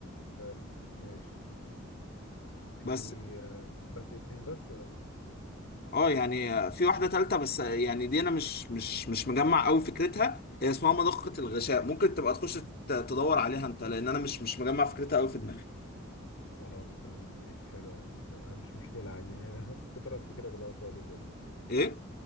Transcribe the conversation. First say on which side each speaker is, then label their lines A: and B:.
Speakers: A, on the left; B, on the left.
A: حلو ماشي في
B: بس
A: آه، بس اتنين بس
B: اه يعني في واحدة تالتة بس يعني دي انا مش مش مش مجمع قوي فكرتها هي اسمها مضخة الغشاء ممكن تبقى تخش ت- تدور عليها انت لان انا مش مش مجمع فكرتها قوي في دماغي
A: خلاص تمام ماشي حلو أوي. لا مش مشكلة عادي <laughs> كتر ألف خيرك لغاية دلوقتي بجد
B: ايه